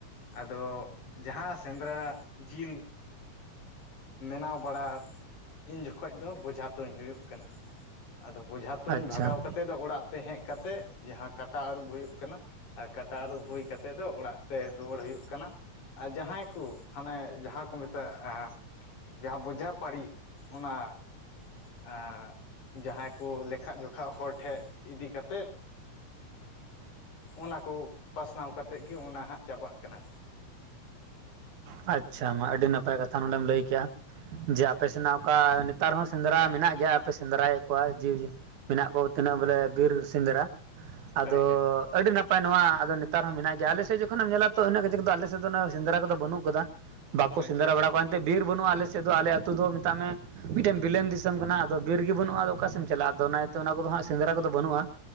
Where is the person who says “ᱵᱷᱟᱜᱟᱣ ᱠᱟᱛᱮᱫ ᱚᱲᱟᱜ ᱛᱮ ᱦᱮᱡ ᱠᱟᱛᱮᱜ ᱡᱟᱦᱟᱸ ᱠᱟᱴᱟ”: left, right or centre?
Left